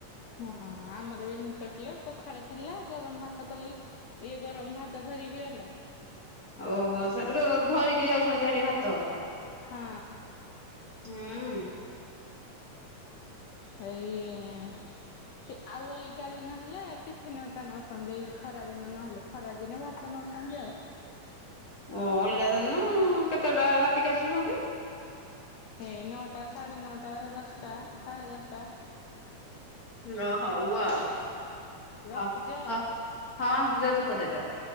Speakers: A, on the left (about 80°); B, on the left (about 60°).
A: ହଁ ଆମର ବି ସେମତି କରଥୀଲେ ପଖାଳ ଥିଲା ଗରମ ଭାତ କଲି ଇଏ ଗରମ ଭାତ ଧରିକି। ଗଲେ।
B: ଓହୋ ସେଠୁ ଧରିକି ଯାଉଛନ୍ତି ହାରି ଭାତ ହକା।
A: ହଁ।
B: ହୁଁ।
A: ହେଇ। ଆଉ ଅଲଗା ଦିନ ହେଲେ ଟିଫିନ ହରିକା ନଉସନ୍ତି ଏଇ ଖରା ଦିନ ନହେଲେ ଖରା ଦିନେ ଭାତ ନଉ ଛନ୍ତି ଆଉ।
B: ଓ ଅଲଗା ଦିନ କେତେଟା ରାତିକି ଆସୁଛନ୍ତି।
A: ହେଇ ନଅଟା ସାଢେ ନଅଟା ଦଶଟା ସାଢ଼େ ଦଶଟା।
B: ଲ ହଉ ଆଉ
A: ରଖୁଛି
B: ହଉ
A: ଆଉ।
B: ହଉ ହଁ ହି। ଯାଅ ଧୂପ ଦେଇଦବ।